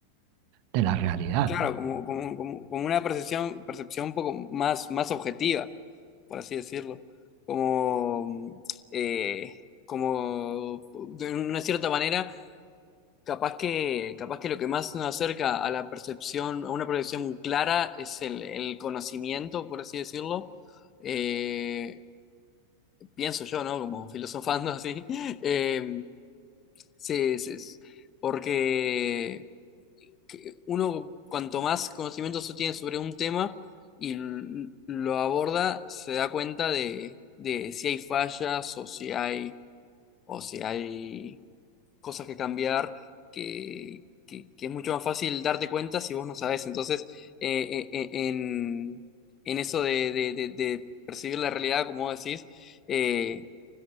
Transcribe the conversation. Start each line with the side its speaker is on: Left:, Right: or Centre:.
Right: de la realidad.
Left: Claro, como, como, como, como una percepción, percepción un poco más, más objetiva. por así decirlo, como, mm, eh, como de una cierta manera, capaz que, capaz que lo que más nos acerca a la percepción, a una percepción clara es el, el conocimiento, por así decirlo. Eh, pienso yo, ¿no? Como filosofando así. <laughs> Eh, sí, sí, sí. porque que uno cuanto más conocimiento se tiene sobre un tema y l- lo aborda, se da cuenta de, de si hay fallas o si hay, o si hay cosas que cambiar, que, que- que es mucho más fácil darte cuenta si vos no sabés. Entonces, eh, eh, eh, en, en eso de, de- de- de percibir la realidad, como vos decís, eh,